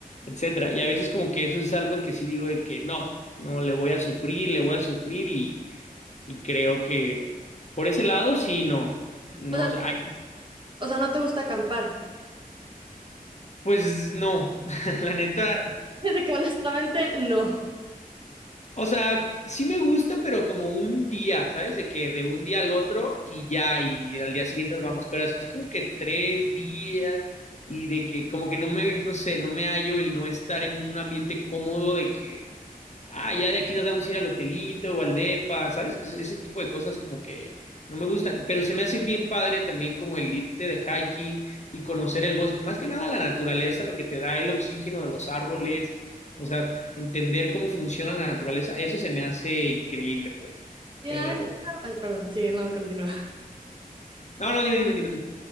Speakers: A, on the left; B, on the right.
A: etcétera. Y a veces como que eso es algo que sí digo de que no, no, le voy a sufrir, le voy a sufrir y, y creo que por ese lado sí, no. No,
B: O sea,
A: o sea,
B: o sea, ¿no te gusta acampar?
A: Pues no, <laughs> la neta.
B: <laughs> De que honestamente, no.
A: O sea, sí me gusta, pero como un día, ¿sabes? De que de un día al otro y ya, y al día siguiente nos vamos. Pero así como que tres días y de que como que no me, no sé, no me hallo el no estar en un ambiente cómodo de que ah, ya de aquí nos vamos a ir al hotelito o al depa, ¿sabes? Ese, ese tipo de cosas como que no me gustan, pero se me hace bien padre también como el irte de hiking y conocer el bosque, más que nada la naturaleza, lo que te da el oxígeno de los árboles, o sea, entender cómo funciona la naturaleza, eso se me hace increíble, pues.
B: Y
A: Pero,
B: la neta, ay, perdón, sigue, no, continúa. <laughs>
A: no, no, dime, dime, dime tú.